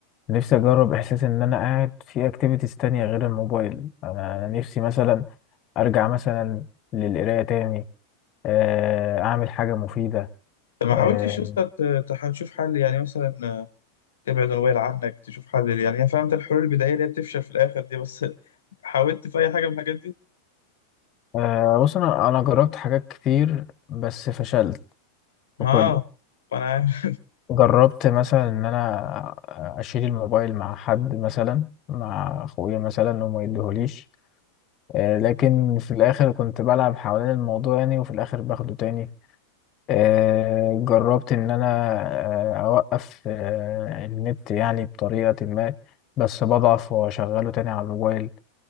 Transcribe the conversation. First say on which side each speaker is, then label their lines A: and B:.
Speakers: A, on the left; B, on the left.
A: نفسي اجرب احساس ان انا قاعد في اكتيفيتيز تانية غير الموبايل انا أنا نفسي مثلا ارجع مثلا للقراية تاني آه، اعمل حاجه مفيده
B: طب ما
A: آه،
B: حاولتش يا اسطى ت- تح- تشوف حل يعني مثلا آه، تبعد الموبايل عنك تشوف حل يعني انا فهمت الحلول البدائية اللي هي بتفشل في الاخر دي بس <laughs> حاولت في اي حاجة من الحاجات دي؟
A: آه، بص انا انا جربت حاجات كتير بس فشلت
B: ما
A: في كله
B: آه، ما انا عارف
A: جربت مثلا ان انا اشيل الموبايل مع حد مثلا مع اخويا مثلا انه ما يديهوليش آه، لكن في الاخر كنت بلعب حوالين الموضوع يعني وفي الاخر باخده تاني آه، جربت ان انا آه، اوقف آه، النت يعني بطريقه ما بس بضعف واشغله تاني على الموبايل